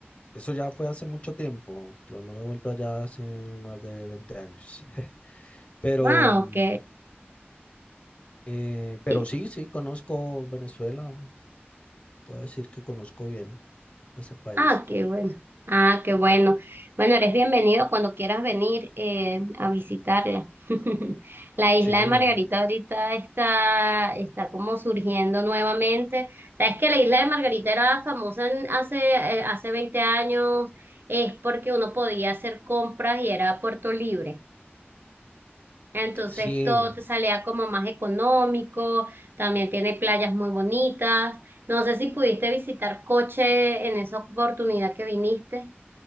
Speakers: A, on the left; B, on the right.
A: Eso ya fue hace mucho tiempo. Yo no he vuelto allá hace más de 20 años. <laughs> Pero,
B: Ah,
A: mm,
B: ok.
A: eh, pero
B: Y-
A: sí, sí, conozco Venezuela. Puedo decir que conozco bien ese país.
B: ah, qué bueno. Ah, qué bueno. Bueno, eres bienvenido cuando quieras venir eh, a visitarla. <laughs> La isla
A: Sí,
B: de Margarita
A: no.
B: ahorita está, está como surgiendo nuevamente. Sabes que la isla de Margarita era famosa en- hace, eh, hace 20 años, es porque uno podía hacer compras y era puerto libre. Entonces
A: Sí,
B: todo te salía como más económico, también tiene playas muy bonitas. No sé si pudiste visitar Coche en esa oportunidad que viniste.